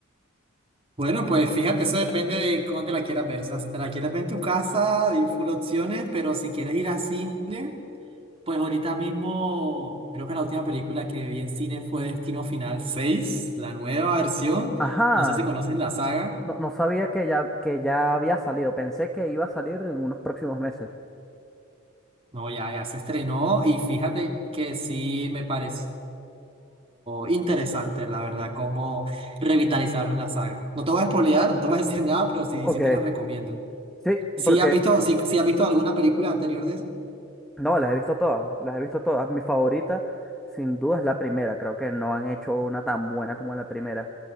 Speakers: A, on the right (about 25°); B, in the centre.
A: Bueno, pues fíjate, eso depende de cómo te la quieras ver. O sea, si te la quieres ver en tu casa, hay full opciones, pero si quieres ir a cine, pues ahorita mismo creo que la última película que vi en cine fue Destino Final seis, la nueva versión.
B: Ajá,
A: No sé si conoces la saga.
B: no, no sabía que ya, que ya había salido. Pensé que iba a salir en unos próximos meses.
A: No, ya, ya se estrenó y fíjate que sí me pareció interesante, la verdad, cómo revitalizaron la saga. No te voy a spoilear, no te voy a decir nada, pero sí,
B: Ok.
A: sí te la recomiendo.
B: Sí,
A: ¿Sí
B: porque
A: has visto, sí, sí has visto alguna película anterior de esa?
B: no, las he visto todas, las he visto todas. Mi favorita, sin duda, es la primera. Creo que no han hecho una tan buena como la primera.